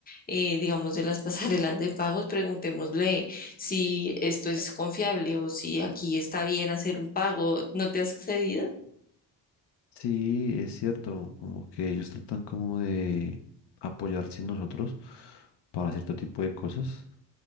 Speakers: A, on the left; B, on the left.
A: eh, digamos, de las <laughs> pasarelas de pagos, preguntémosle si esto es confiable o si aquí está bien hacer un pago. ¿No te ha sucedido?
B: Sí, es cierto, como que ellos tratan como de apoyarse en nosotros para cierto tipo de cosas.